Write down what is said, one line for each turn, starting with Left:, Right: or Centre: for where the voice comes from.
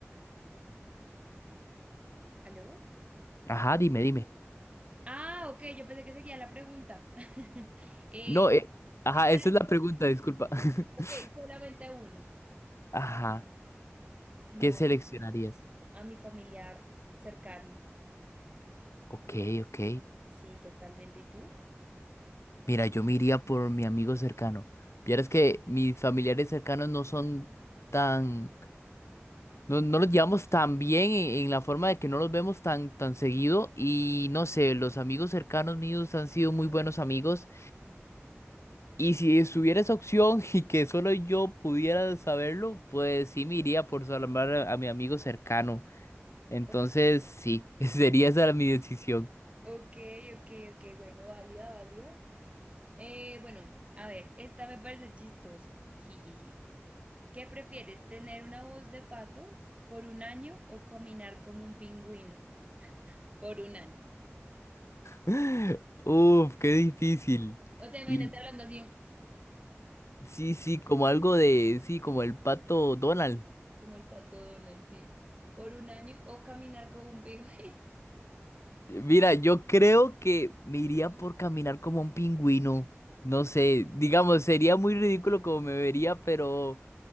Right: ¿aló?
Left: Ajá, dime, dime.
Right: Ah, ok, yo pensé que seguía la pregunta. <laughs> eh,
Left: No, eh, ajá,
Right: sí, pero-
Left: esa es la pregunta, disculpa. <laughs>
Right: ok, solamente a uno.
Left: Ajá,
Right: No,
Left: ¿qué seleccionarías?
Right: a mi familiar cercano.
Left: Ok, ok.
Right: Sí, totalmente. ¿Y tú?
Left: Mira, yo me iría por mi amigo cercano. Vieras que mis familiares cercanos no son tan, no, no los llevamos tan bien en, en la forma de que no los vemos tan, tan seguido y no sé, los amigos cercanos míos han sido muy buenos amigos y si estuviera esa opción <laughs> y que solo yo pudiera saberlo, pues sí me iría por salvar a a mi amigo cercano. Entonces,
Right: O-
Left: sí, <laughs> sería esa mi decisión.
Right: ok, ok, ok, bueno, válida, válida. Eh, bueno, a ver, esta me parece chistoso. Jijiji. ¿Qué prefieres, tener una voz de pato por un año o caminar como un pingüino por un año?
Left: <laughs> Uf, qué difícil.
Right: O sea, imagínate
Left: Y
Right: hablando así, un
Left: sí, sí, como algo de, sí, como el pato Donald.
Right: como el pato Donald, sí, por un año o caminar como un pingüino.
Left: Mira, yo creo que me iría por caminar como un pingüino. No sé, digamos, sería muy ridículo como me vería, pero